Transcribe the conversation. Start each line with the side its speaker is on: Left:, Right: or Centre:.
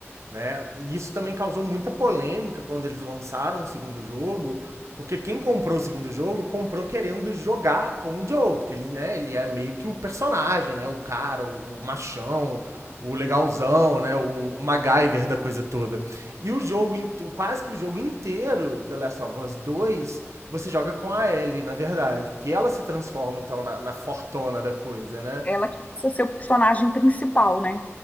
Right: né? E isso também causou muita polêmica quando eles lançaram o segundo jogo, porque quem comprou o segundo jogo comprou querendo jogar com o Joel, porque ele, né, ele é meio que o personagem, né? O cara, o, o machão, o legalzão, né? O, o MacGyver da coisa toda. E o jogo, in- quase que o jogo inteiro, The Last of Us dois você joga com a Ellie, na verdade, porque ela se transforma, então, na, na fortona da coisa, né?
Left: Ela que passa a ser o personagem principal, né?